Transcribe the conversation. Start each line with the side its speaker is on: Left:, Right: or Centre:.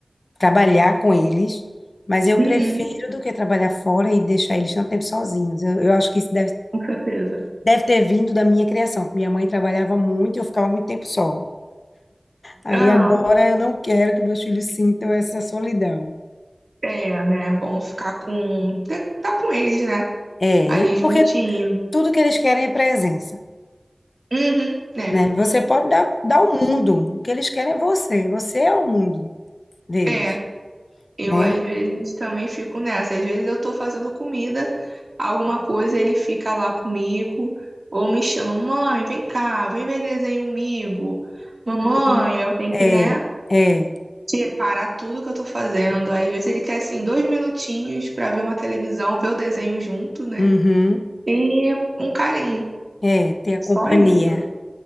Left: trabalhar com eles, mas eu
Right: Uhum,
Left: prefiro do que trabalhar fora e deixar eles tanto tempo sozinhos. Eu, eu acho que isso deve,
Right: com certeza.
Left: deve ter vindo da minha criação, que minha mãe trabalhava muito e eu ficava muito tempo só. Aí
Right: Aham,
Left: agora eu não quero que meus filhos sintam essa solidão.
Right: é, né? Bom ficar com. Tá com eles, né?
Left: É,
Right: Ali juntinho.
Left: porque tudo que eles querem é presença.
Right: Uhum, é.
Left: né? Você pode dar, dar o mundo, o que eles querem é você, você é o mundo deles,
Right: É. Eu,
Left: né?
Right: às vezes, também fico nessa. Às vezes, eu tô fazendo comida, alguma coisa, ele fica lá comigo, ou me chama, mãe, vem cá, vem ver desenho comigo. Mamãe,
Left: Uhum.
Right: eu tenho que,
Left: É,
Right: né,
Left: é,
Right: tirar- parar tudo que eu tô fazendo. Às vezes, ele quer, assim, dois minutinhos pra ver uma televisão, ver o desenho junto, né?
Left: uhum,
Right: E um carinho.
Left: é, ter a
Right: Só
Left: companhia.
Right: isso.